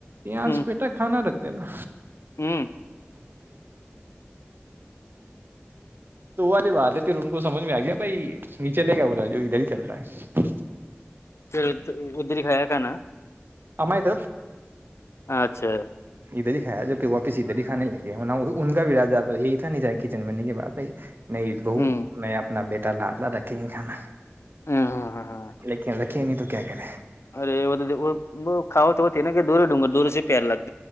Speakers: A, on the right (about 55°); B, on the left (about 85°).
A: یہ آج
B: ہوں
A: بیٹا کھانا رکھتے نا
B: ہوں
A: تو والی بات ہے پھر ان کو سمجھ میں آ گیا بھائی نیچے لے گ بولا جو ادھر ہی چل رہا ہے
B: پھر ادھر ہی کھایا کانا
A: ہمیت
B: اچھا
A: ادھر ہی کایا جو کہ واپس ادھر ہی کھانے لگے ان کا بھی را تو یہی تھا نہیں ج کچن بنینے کے باتھائی نہیں ب
B: ہوں
A: میں اپنا بیٹا اللہ رکھے گ کھانا
B: ہاں ہاں ہاں ہاں
A: ل رکھے نہیں تو کیا کرے
B: ارے ب کاؤا تو ہوتی ہے نا کہ دوری ڈر دورے سے پیار لگتا